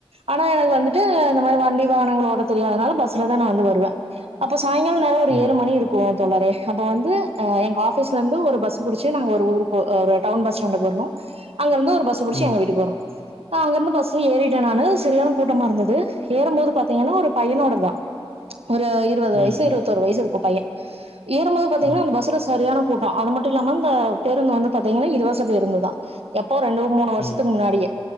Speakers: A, on the right; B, on the left.
A: ஆனா எனக்கு வந்துட்டு இந்த மாதிரி வண்டி வாகனங்கள ஓட்ட தெரியாதனால பஸ்ல தான் நான் வந்து வருவேன் அப்ப சாயங்காலம் நேரம் ஒரு
B: ம்.
A: ஏழு மணி இருக்கும் தோழரே அப்ப வந்து எங்க ஆபீஸ்ல இருந்து ஒரு பஸ் புடிச்சு நாங்க ஒரு ஊருக்கு ஒரு டவுன் பஸ் ஸ்டாண்டுக்கு வரணும் அங்க இருந்து ஒரு பஸ் புடிச்சு
B: ம்.
A: எங்க வீட்டுக்கு வரணும் ஆஹ் அங்க இருந்து பஸ்ல ஏறிட்டேன் நானு செரியான கூட்டமா இருந்தது ஏறும்போது பாத்தீங்கன்னா ஒரு பையனோட இருந்தான் ஒரு இருபது
B: ம்.
A: வயசு
B: ம்.
A: இருபத்தோரு வயசு இருக்கும் பையன் ஏறும்போது பாத்தீங்கன்னா
B: ம்.
A: அந்த பஸ்ல சரியான கூட்டம் அது மட் ட்டுல்லாம அந்த பேருந்து வந்து பாத்தீங்கன்னா இலவச பேருந்து தான் எப்போ ரெண்டு மூணு வருஷத்துக்கு
B: ம்.
A: முன்னாடியே